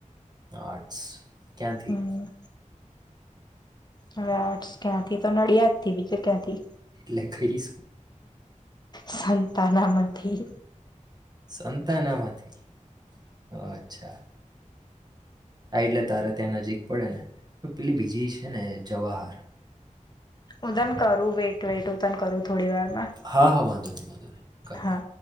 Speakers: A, on the right; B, on the left.
A: આટસ ક્યાંથી?
B: હમ હવે આ ક્યાંથી તો નડિયાદ થી બીજું ક્યાંથી.
A: લેખરી.
B: સંતનામાં. થી.
A: સંતાનામાંથી. ઓ અચ્છા. હા એટલે તારે ત્યાં નજીક પડે ને. હવે પેલી બીજી છે ને જવાહર.
B: ઉદન કરું વેટ વેટ ઉદન કરું ત. થોડી વારમાં
A: હા હા વાંધો નહીં વાંધો નહીં કર
B: હા.